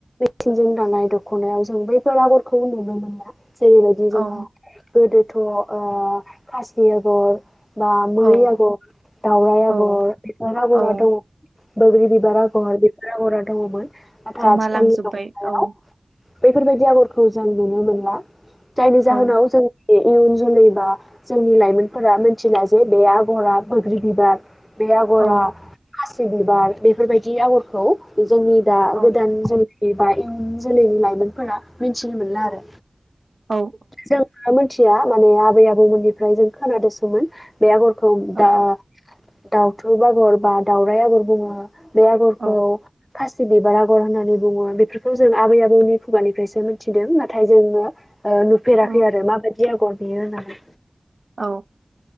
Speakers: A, on the left; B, on the right.
A: थिंजों दानाय दख'नायाव जों बैफोर आगरखौ नुनो मोनला जेरैबायदि
B: औ
A: जोंहा गोदोथ' अ खासि आगर बा मै
B: औ
A: आगर दावराय आगर
B: औ
A: बिबार आगरा
B: औ
A: दङमोन बोग्रि बिबार आगर बिबार आगरा दङमोन। नाथाय
B: गोमालांजोबबाय
A: आथिखालनि दख'नायाव
B: औ।
A: बेफोरबायदि आगरखौ जों नुनो मोनला जायनि जाहोनाव
B: औ
A: जों बे इयुन जोलै बा जोंनि लाइमोनफोरा मिथिला जे बे आगरा बोग्रि बिबार बे आग'रा
B: औ
A: खासि बिबार बेफोरबायदि आग'रखौ जोंनि दा
B: औ
A: गोदान जोलै बा इयुन जोलैनि लाइमोनफोरा मिन थिनो मोनला आरो
B: औ
A: जों मोनथि -या माने आबै -आबौ मोननिफ्राय जों खोनादोंसोमोन बे आगरखौ
B: औ
A: दा दाउथुब आगर बा दावराइ आगर बुङो बे आगरखौ
B: औ
A: खासि बिबार आगर होननानै बुङो बेफोरखौ जों आबै- आबौनि खुगानिफ्रायसो मिथिदों नाथाय जोङो अ होफेराखै
B: औ
A: आरो माबायदि आगर बेयो होननानै।
B: औ।